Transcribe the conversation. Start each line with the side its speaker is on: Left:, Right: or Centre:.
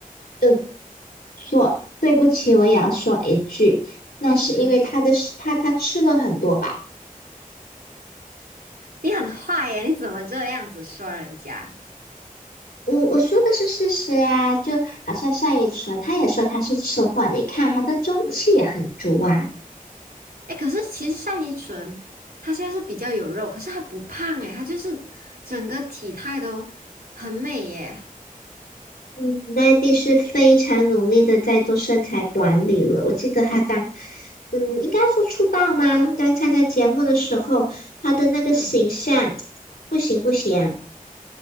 Left: 嗯，做，对不起，我也要说一句，那是因为她的，
Right: 嗯，
Left: 她她吃了很多吧。
Right: 你很坏耶，你怎么这样子说人家？
Left: 我我说的是事实啊，就好像单依纯，她也说她是吃货，你看她的中气也很足啊。
Right: 哎，可是其实单依纯她现在是比较有肉，可是她不胖哎，她就是整个体态都很美耶。
Left: 嗯，奈地是非常努力的在做身材管理了。我记得他刚，嗯，应该要说出道吗？刚参加节目的时候，他的那个形象
Right: 嗯
Left: <tsk> 不行不行，